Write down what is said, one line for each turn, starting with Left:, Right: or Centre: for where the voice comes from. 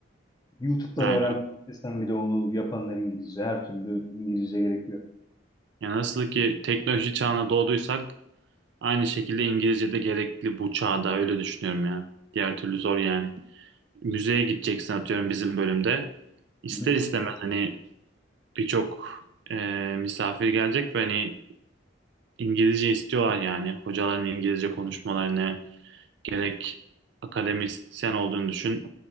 Left: YouTube'dan
Right: Yani,
Left: öğrenmek istesen bile onu yapanlar İngilizce. Her türlü İngilizce gerekiyor.
Right: yani nasıl ki teknoloji çağına doğduysak aynı şekilde İngilizce de gerekli bu çağda. Öyle düşünüyorum ya. Diğer türlü zor yani. Müzeye gideceksin atıyorum bizim bölümde. İster
Left: Hı-hı.
Right: istemez hani birçok e, misafir gelecek ve hani İngilizce istiyorlar yani. Hocaların İngilizce konuşmalarını gerek akademisyen olduğunu düşün.